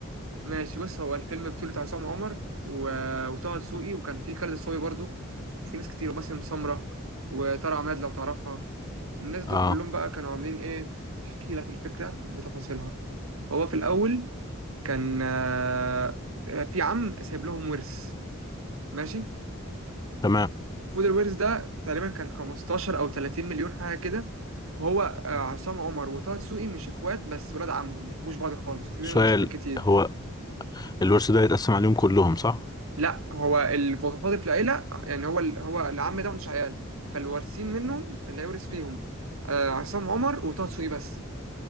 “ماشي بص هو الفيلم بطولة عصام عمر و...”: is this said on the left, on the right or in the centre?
Right